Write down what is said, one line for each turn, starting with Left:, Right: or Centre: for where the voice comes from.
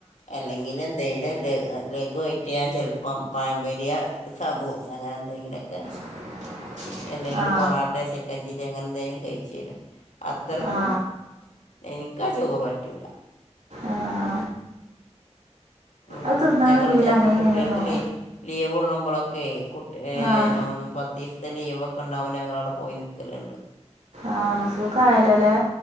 Left: അല്ലെങ്കിൽ ഏ തീരെ ല ലഘുുവായിറ്റ് ഞാൻ ചെലപ്പം പഴമ്പരിയ സമൂസ അങ്ങനെ എന്തെങ്കിലുമൊക്കെ
Right: <inaudible>
Left: ച അല്ലെങ്കിൽ
Right: ആ
Left: പൊറോട്ട ചിക്കൻ ചില്ലി അങ്ങനെ എന്തായങ്കിലും കഴിച രും അത്രർക്കും
Right: ആ
Left: എനിക്കാ ചോറ് പറ്റുല്ല
Right: ആ
Left: ഉ
Right: അത് തിന്നാൻ
Left: ഞങ്ങൾ
Right: കഴിയൂല
Left: ചിലപ്പോം
Right: അങ്ങനെ ഇങ്ങനെയൊന്നും
Left: കുട്ടികൾക്കിലി ലീവ് കൊള്ളുമ്പോളൊക്കെ കുട്ടി
Right: ആ
Left: ആഹ് പത്തീഫ് ഇന്ന് ലീവൊക്കെ ഉണ്ടാവമ്പോ ഞങ്ങളവിടെ പോയി നിൽക്കലുണ്ട്
Right: ആഹ് സുഖായല്ലോല്ലേ?